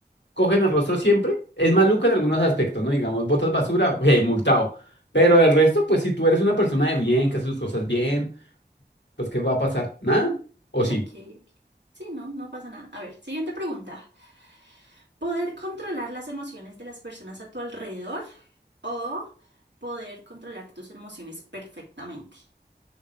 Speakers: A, on the left; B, on the right.
A: cogen el rostro siempre. Es maluco en algunos aspectos, ¿no? Digamos, botas basura, hey, multado. Pero el resto,
B: Ok,
A: pues si tú eres una persona de bien, que hace sus cosas bien, pues ¿qué va a pasar? ¿Nada? ¿O sí?
B: ok. Sí, no, no pasa nada. A ver, siguiente pregunta. Poder controlar las emociones de las personas a tu alrededor o poder controlar tus emociones perfectamente.